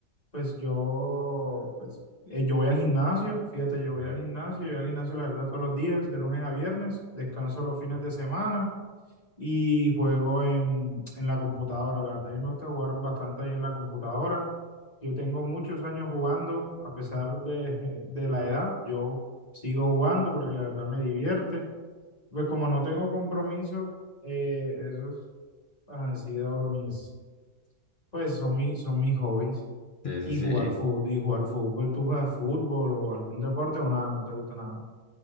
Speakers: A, on the left (about 30°); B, on the left (about 60°).
A: pues yo, pues eh, yo voy al gimnasio, fíjate, yo voy al gimnasio, yo voy al gimnasio la verdad todos los días, de lunes a viernes, descanso los fines de semana y juego en, en la computadora, la verdad a mí me gusta jugar bastante ahí en la computadora, yo tengo muchos años jugando, a pesar de, <laughs> de la edad, yo sigo jugando porque la verdad me divierte. Pues como no tengo compromiso, eh, esos han sido los mis, pues son mis, son mis hobbies.
B: Sí,
A: Y
B: sí, sí.
A: jugar fútbol, y jugar fútbol, ¿tú juegas fútbol o algún deporte o nada? ¿No te gusta nada?